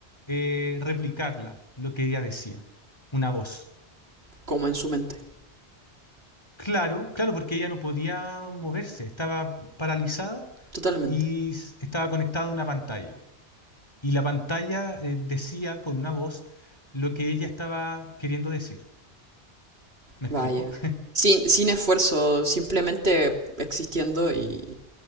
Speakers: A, on the left (about 25°); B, on the right (about 65°).
A: eh, replicarla, lo que ella decía, una voz.
B: Como en su mente.
A: Claro, claro, porque ella no podía moverse, estaba paralizada
B: Totalmente.
A: y s- estaba conectada a una pantalla. Y la pantalla eh, decía con una voz lo que ella estaba queriendo decir. ¿Me explico?
B: Vaya. Sin, sin esfuerzo, simplemente existiendo y,